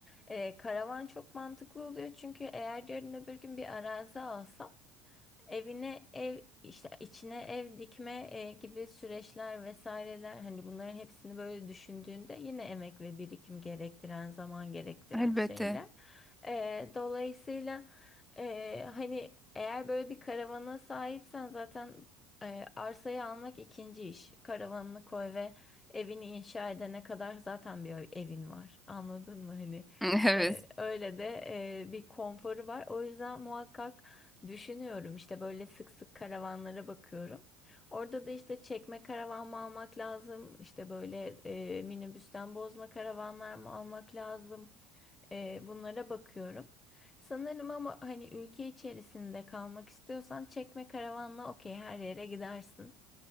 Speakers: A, on the left; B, in the centre.
A: E, karavan çok mantıklı oluyor çünkü eğer yarın öbür gün bir arazi alsam Evine ev işte içine ev dikme e, gibi süreçler vesaireler hani bunların hepsini böyle düşündüğünde yine emek ve birikim gerektiren zaman gerektiren
B: Elbette.
A: şeyler. E, dolayısıyla e, hani eğer böyle bir karavana sahipsen zaten e, arsayı almak ikinci iş. Karavanını koy ve evini inşa edene kadar zaten bir evin var. Anladın mı hani?
B: <laughs> Evet.
A: E, öyle de e, bir konforu var. O yüzden muhakkak Düşünüyorum işte böyle sık sık karavanlara bakıyorum. Orada da işte çekme karavan mı almak lazım? İşte böyle e, minibüsten bozma karavanlar mı almak lazım? E, bunlara bakıyorum. Sanırım ama hani ülke içerisinde kalmak istiyorsan çekme karavanla okey her yere gidersin.